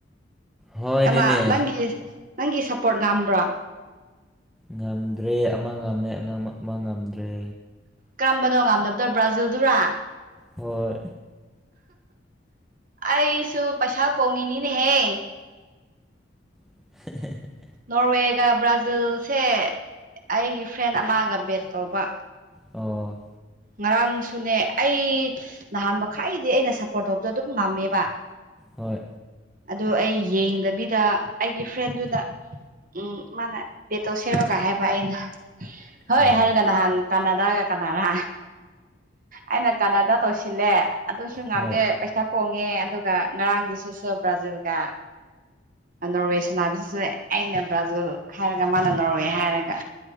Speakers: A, in the centre; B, on the right (about 45°).
A: ꯍꯣꯏꯅꯦꯅꯦ
B: ꯀꯅꯥ ꯅꯪꯒꯤ ꯅꯪꯒꯤ ꯁꯞꯄꯣꯔꯠ ꯉꯝꯕ꯭ꯔꯣ
A: ꯉꯝꯗ꯭ꯔꯦ ꯑꯃ ꯉꯝꯃꯦꯥꯡ ꯑꯃ ꯉꯝꯗ꯭ꯔꯦ
B: ꯀꯔꯝꯕꯅꯣ ꯉꯥꯝꯗꯕꯇ ꯕ꯭ꯔꯥꯖꯤꯜꯗꯨꯔꯥ
A: ꯍꯣꯏ
B: ꯑꯩꯁꯨ ꯄꯩꯁꯥ ꯀꯣꯡꯉꯤꯅꯤꯅꯦꯍꯦ
A: <inaudible>
B: ꯅꯣꯔꯋꯦꯒ ꯕ꯭ꯔꯥꯖꯤꯜꯁꯦ ꯑꯩꯒꯤ ꯐ꯭ꯔꯦꯟ ꯑꯃꯒ ꯕꯦꯠ ꯇꯧꯕ
A: ꯑꯣ
B: ꯉꯔꯥꯡꯁꯨꯅꯦ ꯑꯩ ꯅꯍꯥꯟ ꯃꯈꯥꯏꯗꯤ ꯑꯩꯅ ꯁꯞꯄꯣꯔꯠ ꯇꯧꯕꯗ ꯑꯗꯨꯝ ꯉꯝꯃꯦꯕ
A: ꯍꯣꯏ
B: ꯑꯗꯣ ꯑꯩ ꯌꯦꯡꯗꯕꯤꯗ ꯑꯩꯒꯤ ꯐ꯭ꯔꯦꯟꯗꯨꯗ ꯎꯝ ꯃꯥꯅꯦ ꯕꯇꯣ ꯁꯦꯔꯣꯒ ꯍꯥꯏꯕ ꯑꯩꯅ ꯍꯣꯏ
A: ꯑꯣ
B: ꯍꯥꯏꯔꯒ ꯅꯍꯥꯟ ꯀꯅꯥꯗꯥꯒ ꯀꯅꯥꯅ ꯑꯩꯅ ꯀꯅꯥꯗꯥ ꯇꯧꯁꯤꯜꯂꯦ ꯑꯗꯨꯁꯨ ꯉꯥꯝꯗꯦ
A: ꯍꯣꯏ
B: ꯄꯩꯁꯥ ꯀꯣꯡꯉꯦ ꯑꯗꯨꯒ ꯉꯔꯥꯡꯒꯤꯁꯨ ꯁꯨ ꯭ꯔꯥꯖꯤꯜ ꯀ ꯅꯣꯔꯋꯦ ꯁꯥꯟꯅꯥꯕꯤꯁꯤꯁꯨ ꯑꯩꯅ ꯕ꯭ꯔꯥꯖꯤꯜ ꯍꯥꯏꯔꯒ ꯃꯥꯅ ꯅꯣꯔꯋꯦ ꯍꯥꯏꯔꯒ